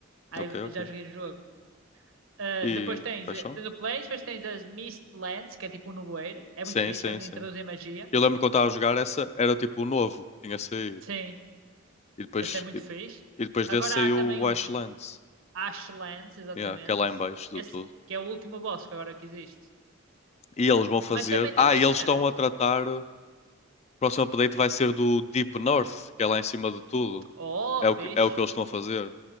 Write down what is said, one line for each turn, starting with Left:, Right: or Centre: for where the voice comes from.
Right: Aí
Left: ok, ok.
Right: eu já joguei o jogo. Ah,
Left: E.
Right: depois tens,
Left: Paixão?
Right: eh, tens o Planes, depois tens as Mistlands, que é tipo um nevoeiro. É
Left: Sim,
Right: muito fixe,
Left: sim,
Right: é onde
Left: sim.
Right: introduzem magia.
Left: Eu lembro quando estava a jogar, essa era tipo o novo que tinha saído.
Right: Sim.
Left: E depois,
Right: Esse é muito
Left: e,
Right: fixe.
Left: e depois
Right: Agora
Left: desse saiu
Right: há também
Left: o
Right: os
Left: Ashlands,
Right: Ashlands, exatamente.
Left: yeah, que é lá em baixo
Right: Esse
Left: de tudo.
Right: que é o último boss que agora que existe.
Left: E eles vão fazer.
Right: Mas também tem
Left: Ah,
Right: mais
Left: e eles
Right: cenas.
Left: estão a tratar. O próximo update vai ser do Deep North, que é lá em cima de tudo.
Right: Oh,
Left: É
Right: fixe.
Left: o que, é o que eles estão a fazer.